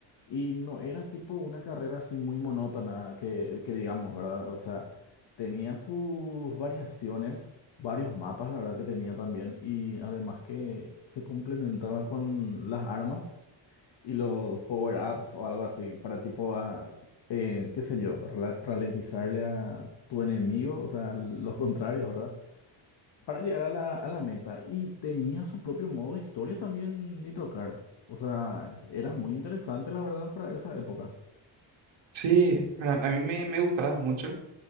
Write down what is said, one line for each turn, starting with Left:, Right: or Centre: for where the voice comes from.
Left: y no era tipo una carrera así muy monótona que, que digamos, ¿verdad? O sea, tenía sus variaciones, varios mapas, la verdad que tenía también y además que se complementaba con las armas. Y los power-ups o algo así para tipo, a, eh, qué sé yo, ra- ralentizarle a tu enemigo, o sea, los contrarios, ¿verdad? Para llegar a la, a la meta. Y tenía su propio modo de historia también Nitro Car. O sea, era muy interesante, la verdad, para esa época.
Right: Sí, para- a mí me, me gustaba mucho